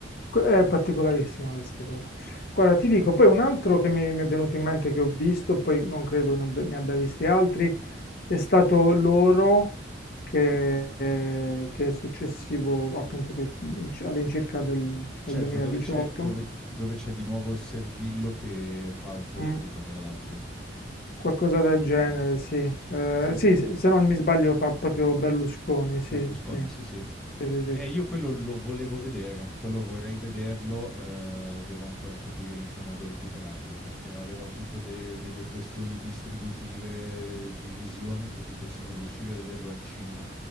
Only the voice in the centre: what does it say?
Certo,
dove c'è, dove, dove c'è di nuovo Servillo che fa un politico,
tra l'altro.
Sì.
Berlusconi,
sì, sì.
E io quello lo volevo vedere, quello vorrei vederlo, eh, devo ancora capire in che modo recuperarlo, perché aveva avuto de- delle questioni distributive eh, di visione che tipo se non riuscivi a vederlo al cinema